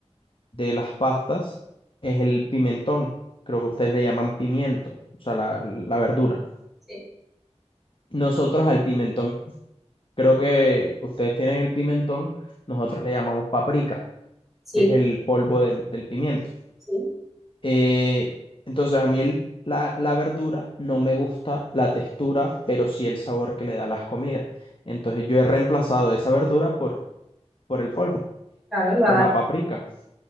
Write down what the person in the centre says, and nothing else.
Sí,
Sí,
sí.
claro, lo
adaptas.